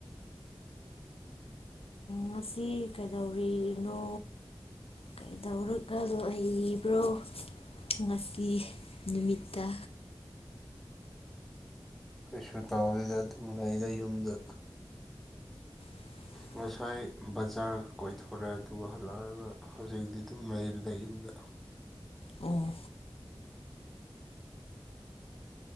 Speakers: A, on the left (about 80°); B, in the centre.
A: ꯉꯁꯤ ꯀꯩꯗꯧꯔꯤꯅꯣ ꯀꯩꯗꯧꯔꯛꯕ ꯍꯕ꯭ꯔꯣ ꯉꯁꯤ ꯅꯨꯃꯤꯠꯇ
B: ꯀꯩꯁꯨ ꯇꯥꯎꯗꯗ ꯑꯗꯨꯝ ꯂꯩꯗ ꯌꯨꯝꯗ
A: <inaudible>
B: ꯉꯁꯥꯏ ꯕꯖꯥꯔꯒ ꯀꯣꯏꯊꯣꯔꯦ ꯑꯗꯨꯒ ꯍꯜꯂꯛꯑꯒ ꯍꯧꯖꯤꯛꯇꯤ ꯑꯗꯨꯝ ꯂꯩꯔꯗ ꯌꯨꯝꯗ
A: ꯎꯝ